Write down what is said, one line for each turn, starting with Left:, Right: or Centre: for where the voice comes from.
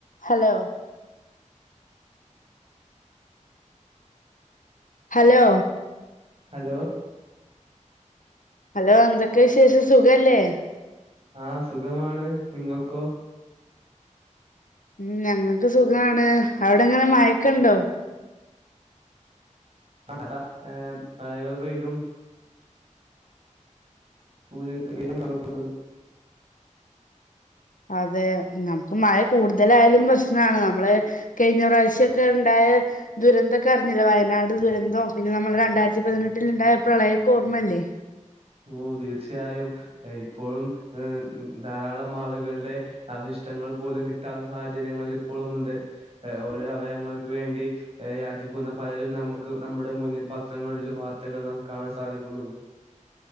Left: Hello hello
Right: hello
Left: hello എന്തൊക്കെ വിശേഷം സുഖല്ലേ
Right: ആഹ് സുഖമാണ് നിങ്ങൾക്കോ
Left: ഉം ഞങ്ങൾക്ക് സുഖാണ് അവിടെങ്ങനെ മയക്കെണ്ടോ
Right: ആഹ് ഏഹ് മഴകൾ പെയ്തും <unintelligible>
Left: അതെ നമുക്ക് മഴ കൂടുതലായാലും പ്രശ്നമാണ് നമ്മള് കെഴിഞ്ഞ പ്രാവശ്യോക്കെ ഉണ്ടായ ദുരന്തൊക്കെ അറിഞ്ഞില്ലേ വയനാട് ദുരന്തം ഒക്കെ അറിഞ്ഞിലെ പിന്നെ നമ്മള് രണ്ടായിരത്തി പതിനെട്ടിൽ ഉണ്ടായ പ്രളയൊക്കെ ഓർമ്മയില്ലേ
Right: ഓഹ് തീർച്ചയായും ആഹ് ഇപ്പോഴും ഏഹ് ധാരാളം ആളുകളുടെ അവശിഷ്ടങ്ങൾ പോലും കിട്ടാത്ത സാഹചര്യങ്ങൾ ഇപ്പോഴുംണ്ട് ഓരോ അവയങ്ങൾക്ക് വേണ്ടി ഏഹ് യാചിക്കുന്ന പലരും നമുക്ക് നമ്മുടെ മുന്നിൽ പത്രങ്ങളിലും വാർത്തകൾ നമുക്ക് കാണാൻ സാധിക്കുന്നുണ്ട്